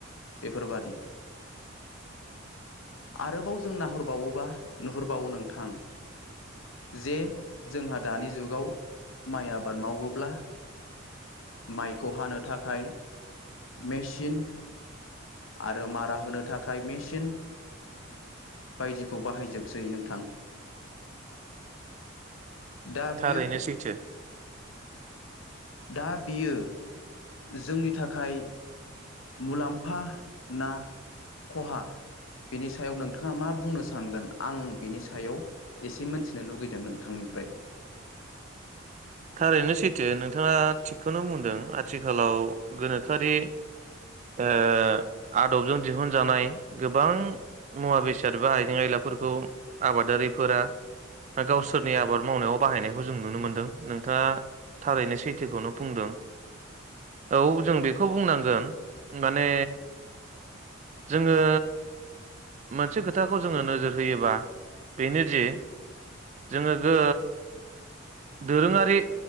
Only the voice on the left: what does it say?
बेफोरबादि आरोबाव जों नाहरबावो बा नुहुरबावो नोंथां जे जोंहा दानि जुगाव माइ आबाद मावोब्ला माइखौ हानो थाखाय मेचिन आरो मारा होनो थाखाय मेचिन बायदिखौ बाहायजोबसै नोंथां दा बियो
दा बियो जोंनि थाखाय मुलाम्फा ना खहा बेनि सायाव नोंथाङा मा बुंनो सानगोन आं बिनि सायाव एसे मोनथिनो लुगैदों नोंथांनिफ्राय